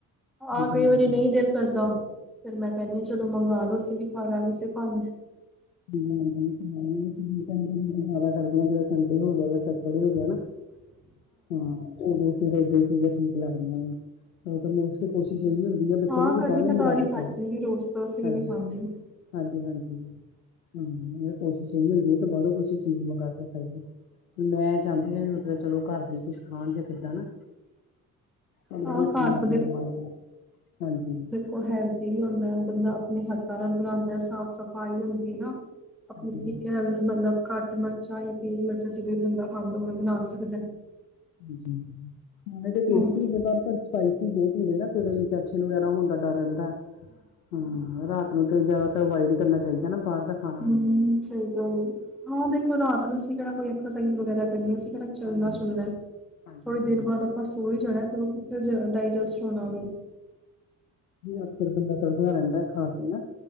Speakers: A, on the left; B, in the centre.
A: ਹਾਂਜੀ
B: ਆ ਕਈ
A: ਹਾਂਜੀ
B: ਵਾਰੀ ਨਈ ਦਿਲ ਕਰਦਾ ਫੇਰ ਮੈ ਕੈਨੀ ਚਲੋ ਮੰਗਵਾ ਲੋ ਅਸੀ ਵੀ ਖਾ ਲਾਂਗੇ ਏਸੇ ਭਾਨੇ।
A: ਹਾਂਜੀ ਹਾਂਜੀ <unintelligible> ਜ਼ਿਆਦਾ ਕਰਦੇ ਜਦੋ ਸੰਡੇ ਹੋ ਗਿਆ ਯਾ ਸੈਟਰਡੇ ਹੋ ਗਿਆ ਨਾ।
B: <inaudible>
A: ਹਾਂ ਓਦੋ ਫੇਰ ਏਦਾਂ ਈ ਚੀਜਾਂ ਠੀਕ ਲੱਗਦੀਆਂ ਵਾ। ਓ ਤਾਂ ਮੋਸਟਲੀ ਕੋਸ਼ਿਸ਼ ਏ ਈ ਹੁੰਦੀ ਆ ਬੱਚਿਆਂ
B: ਹਾਂ
A: ਦੀ
B: ਕਦੀ
A: ਵੀ ਬਾਹਰੋ
B: ਕਦਾਰ
A: ਮੰਗਵਾ
B: ਹੀ
A: ਕੇ
B: ਖਾਈ
A: ਖਾਈਏ
B: ਜਾਈਦੀ ਰੋਜ਼ ਤਾਂ ਅਸੀਂ ਵੀ
A: ਹਾਂਜੀ
B: ਨੀ ਖਾਂਦੇ। ਹੂੰ।
A: ਹਾਂਜੀ ਹਾਂਜੀ ਹੁੰ ਏ ਕੋਸ਼ਿਸ਼ ਐਈ ਹੁੰਦੀ ਏ ਕਿ ਬਾਹਰੋ ਕੁਛ ਚੀਜ਼ ਮੰਗਾ ਕੇ ਖਾਈਏ। ਮੈਂ ਚਾਂਦੀ ਆਂ ਮਤਲਬ ਚਲੋ ਘਰ ਦੇ ਕੁਛ ਖਾਣ ਗੇ ਕਿੱਦਾਂ ਨਾ। ਪਰ ਨਈ
B: ਆਹ
A: ਆਪਨੀ
B: ਘਰ
A: ਮਰਜੀ
B: ਤਾਂ
A: ਦੇ ਮਾਲਕ ਨੇ ਹਾਂਜੀ।
B: ਓ ਹੈਲਦੀ ਵੀ ਹੁੰਦੈ ਬੰਦਾ ਅਪਨੇ ਹੱਥਾਂ ਨਾਲ ਬਣਾਂਦੈ ਸਾਫ਼ ਸਫ਼ਾਈ ਹੁੰਦੀ ਨਾ ਅਪਨੇ
A: ਹਾਂਜੀ-ਹਾਂਜੀ,
B: ਤਰੀਕੇ
A: ਹਾਂਜੀ।
B: ਨਾਲ ਮਤਲਬ ਘੱਟ ਮਰਚਾਂ ਜਾਂ ਤੇਜ ਮਰਚਾਂ ਜਿਵੇਂ ਬੰਦਾ ਖਾਂਦਾ ਓਂਵੇ ਬਣਾ ਸਕਦੇ ਨ।
A: ਹਾਂਜੀ ਹਾਂ ਹੁੰਦੇ ਤੇ ਟੇਸਟੀ
B: ਹਾਂਜੀ,
A: ਜੇ ਪਰ ਸਪਾਈਸੀ ਬੌਤ ਹੁੰਦੇ ਨਾ ਫੇਰ ਇੰਫੈਕਸ਼ਨ ਵਗੈਰਾ ਹੋਨ ਦਾ ਡ ਰੈਂਦਾ ਹੁੰ ਰਾਤ ਨੂੰ ਤੇ ਜਿਆਦਾਤਰ ਅਵਾਇਡ ਕਰਨਾ ਚਾਈਦਾ ਨਾ ਬਾਰ ਦਾ ਖਾਣਾ।
B: ਹੁੰ ਸਈ ਗੱਲ ਏ ਹਾਂ ਦੇਖੋ ਰਾਤ ਨੂੰ ਅਸੀ ਕੇੜਾ ਕੋਈ ਐਕਸਰਸਾਈਜ਼ ਵਗੈਰਾ ਕਰਨੀ ਐ ਚੱਲਨਾ
A: ਹਾਂ ਬਸ
B: ਚੁੱਲਨਾ
A: ਬਸ
B: ਏ
A: ਹਾਂਜੀ
B: ਥੋੜੀ
A: ਹਾਂਜੀ।
B: ਦੇਰ ਬਾਅਦ ਆਪਾਂ ਸੋ ਈ ਜਾਣਾ ਏ ਫਿਰ ਓ ਕਿੱਥੇ ਡਾਈਜੈਸਟ <unintelligible>
A: ਅਕਸਰ ਬੰਦਾ ਤੜਫਦਾ ਰੈਂਦਾ ਐ ਖਾ ਕੇ ਨਾ।